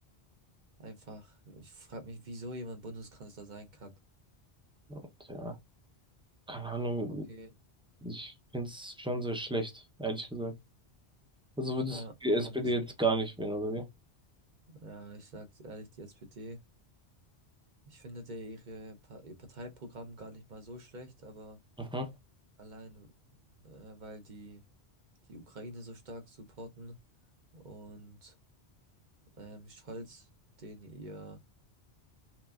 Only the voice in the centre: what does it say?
Und ja, keine Ahnung,
Ich finde es schon sehr schlecht, ehrlich gesagt. Also würdest
du die
SPD jetzt gar nicht wählen, oder wie?
Mhm.